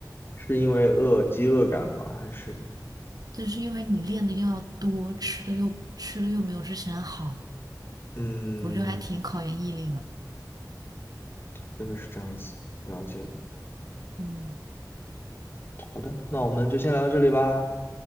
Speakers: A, on the left; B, on the right.
A: 是因为饿，饥饿感吗？还是
B: 就是因为你练的又要多，吃的又吃的又没有之前好，
A: 嗯，
B: 我觉得还挺考验毅力的。
A: 真的是这样子，了解了。
B: 嗯，
A: 好的，那我们就先聊到这里吧。